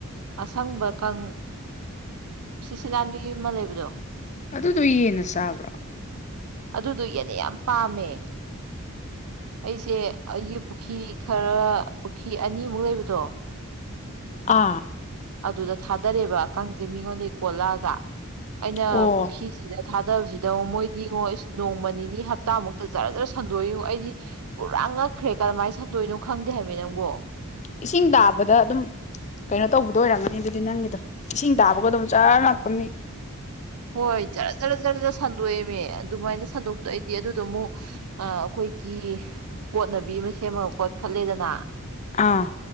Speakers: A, on the right; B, on the left.
A: ꯑꯁꯪꯕ ꯀꯪ ꯁꯤꯠ ꯁꯤꯠ ꯅꯥꯥꯟꯕꯤ ꯑꯃ ꯂꯩꯕꯗꯣ
B: ꯑꯗꯨꯗꯣ ꯌꯦꯟꯅ ꯆꯥꯕ꯭ꯔꯣ
A: ꯑꯗꯨꯗꯣ ꯌꯦꯟꯅ ꯌꯥꯝ ꯄꯥꯝꯃꯦ ꯑꯩꯁꯦ ꯑꯩꯒꯤ ꯄꯨꯈꯤ ꯈꯔ ꯄꯨꯈꯤ ꯑꯅꯤꯃꯨꯛ ꯂꯩꯕꯗꯣ
B: ꯑꯥ
A: ꯑꯗꯨꯗ ꯊꯥꯗꯔꯦꯕ ꯀꯪꯁꯦ ꯃꯤꯉꯣꯟꯗꯩ ꯀꯣꯠꯂꯛꯑꯒ ꯑꯩꯅ
B: ꯑꯣ
A: ꯄꯨꯈ꯭ꯔꯤꯁꯤꯗ ꯊꯥꯗꯕꯁꯤꯗ ꯃꯣꯏꯗꯤꯉꯣ ꯏꯁ ꯅꯣꯡꯃ ꯅꯤꯅꯤ ꯍꯞꯇꯥꯃꯨꯛꯇ ꯖꯔ ꯖꯔ ꯁꯟꯗꯣꯛꯏꯉꯣ ꯑꯩꯗꯤ ꯄꯨꯔꯥ ꯉꯛꯈ꯭ꯔꯦ ꯀꯃꯥꯏꯅ ꯁꯟꯗꯣꯏꯅꯣ ꯈꯪꯗꯦ ꯍꯥꯏꯕ ꯅꯪꯕꯨ
B: ꯏꯁꯤꯡ ꯇꯥꯕꯗ ꯑꯗꯨꯝ ꯀꯩꯅꯣ ꯇꯧꯕꯗꯣ ꯑꯣꯏꯔꯝꯃꯅꯤ ꯑꯗꯨꯗꯤ ꯅꯪꯒꯤꯗꯣ ꯏꯁꯤꯡ ꯇꯥꯕꯒ ꯑꯗꯨꯝ ꯖꯔ ꯂꯥꯛꯄ ꯅꯤ
A: ꯍꯣꯏ ꯖꯔ ꯖ ꯖꯔ ꯖꯔ ꯖꯔ ꯁꯟꯗꯣꯛꯑꯦꯃꯤ ꯑꯗꯨꯃꯥꯏꯅ ꯁꯟꯗꯣꯛꯄꯗꯣ ꯑꯩꯗꯤ ꯑꯗꯨꯗꯨ ꯃꯨꯛ ꯑ ꯑꯩꯈꯣꯏꯒꯤ ꯀꯣꯠꯅꯕꯤ ꯑꯃ ꯁꯦꯝꯃꯒ ꯀꯣꯠꯈꯠꯂꯦꯗꯅ
B: ꯑꯥ